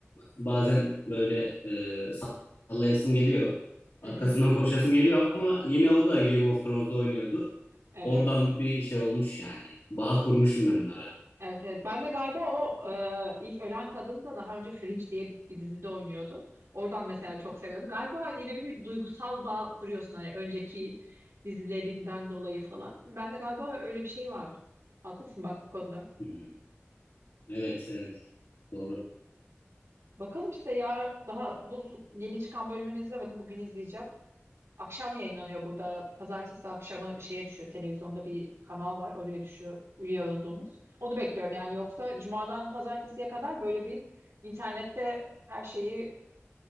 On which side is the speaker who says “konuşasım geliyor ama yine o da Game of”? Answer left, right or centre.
Left